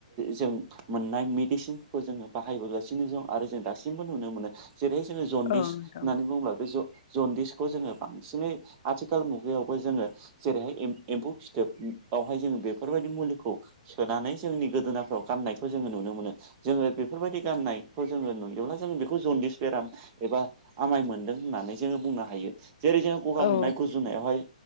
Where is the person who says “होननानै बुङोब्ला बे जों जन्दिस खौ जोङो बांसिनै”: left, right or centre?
Right